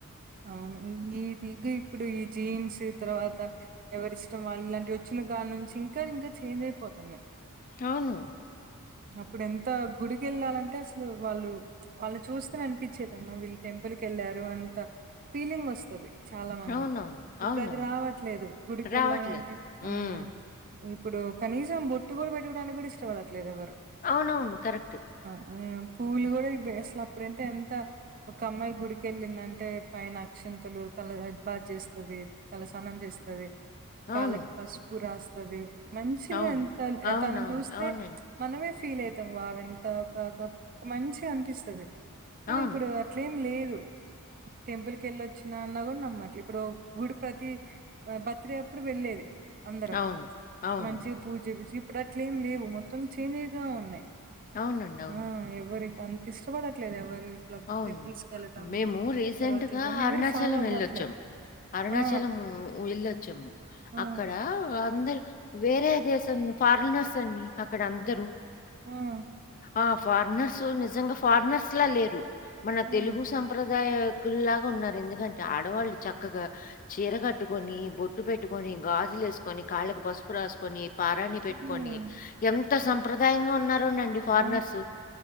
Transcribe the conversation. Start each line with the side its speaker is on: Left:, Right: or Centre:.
Right: అవును ఇది ఇప్పుడు ఈ జీన్స్ తర్వాత ఎవరి ఇష్టం వాళ్ళు ఇలాంటి వచ్చిన కా నుంచి ఇంకా ఇంకా చేంజ్ పోతునయి
Left: అవును
Right: ఇప్పుడు ఎంత గుడికేళ్ళాలంటే అసలు వాళ్ళు వాళ్ళు చూస్తనే అనిపించేదమ్మా వీళ్ళు టెంపుల్కేళ్ళారు అంత ఫీలింగ్ వస్తది చాలా మందికి
Left: అవునవును
Right: ఇప్పుడు
Left: అవునవును
Right: అది రావట్లేదు గుడికేళ్ళామంటే
Left: రావట్లేదు
Right: ఆహ్
Left: ఉమ్,
Right: ఇప్పుడు కనీసం బొట్టు కూడా పెట్టుకోడానికి కూడా ఇష్టపడట్లేదు ఎవ్వరు
Left: అవునవును కరక్టు
Right: ఆహ్ పువ్లు కూడా అసలు అప్పుడతే ఎంత ఒక అమ్మాయి గుడికెళ్ళిందంటే పైన అక్షంతులు తల హెద్బాత్ చేస్తది తల సనం చేస్తది
Left: అవును
Right: కాళ్ళకి పసుపు రాస్తది మంచిగా
Left: అవును
Right: ఎంత
Left: అవునవును
Right: తను చూస్తే
Left: అవునండి
Right: మనమే ఫీలైతా అవి ఎంత కాక ఒక మంచి అనిపిస్తుంది కానీ
Left: అవును
Right: ఇప్పుడు అట్లేం లేదు గు టెంపుల్ కేళ్ళొచ్చినా అన్నా కూడా నమ్మట్లు ఇప్పుడు గుడి ప్రతి బర్త్డే అప్పుడు వెళ్ళేది అందరం
Left: అవును అవును
Right: మంచిగా పూజ చేపి ఇప్పుడు అట్ల ఏమి లేవు మొత్తం చేంజ్య ఉన్నాయి
Left: అవునండి అవును
Right: ఆహ్ ఎవరికి అంత ఇష్టపడట్లేదు ఎవరు ల
Left: అవును
Right: టెంపుల్స్ కేళ్ళటము
Left: మేము రీసెంట్
Right: తర్వాత
Left: గా
Right: ఇవన్నీ ఎవరు ఫాలో అవ్వట్లే
Left: వెళ్ళొచ్చాం అరుణాచలం
Right: ఆ!
Left: వెళ్ళొచ్చాము
Right: ఆ!
Left: అక్కడ అందరికి వేరే దేశం ఫారినర్స్ అండి అక్కడ అందరూ
Right: ఆహ్
Left: ఆహ్ ఫారినర్స్ నిజంగా ఫారినర్స్ లా లేరు మన
Right: హ్మ్.
Left: తెలుగు సంప్రద దాయకులాగా ఉన్నారు ఎందుకంటే ఆడవాళ్ళు చక్కగా చీర కట్టుకొని బొట్టు పెట్టుకొని గాజులేస్కొని కాళ్ళకి పసుపు రాస్కొని పారాన్ని పెట్టుకొని
Right: హ్మ్.
Left: ఎంత సంప్రదాయంగా ఉన్న రండండి ఫారినర్స్
Right: ఆ!